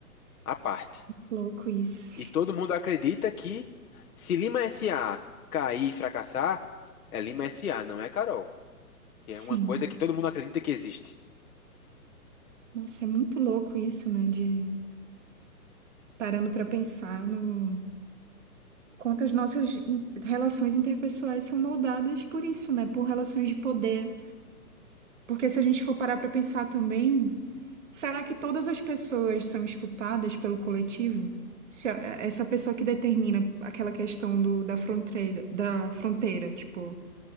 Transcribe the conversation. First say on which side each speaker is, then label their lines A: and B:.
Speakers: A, on the left; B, on the right.
A: à parte.
B: Louco isso.
A: E todo mundo acredita que se Lima SA cair e fracassar, é Lima SA, não é Carol. Que
B: Sim.
A: é uma coisa que todo mundo acredita que existe.
B: Nossa, é muito louco isso, né? De parando para pensar no quanto as nossas in- relações interpessoais são moldadas por isso, né? Por relações de poder. Porque se a gente for parar para pensar também, será que todas as pessoas são escutadas pelo coletivo? Se a- é, essa pessoa que determina aquela questão do, da fronteira, da fronteira, tipo,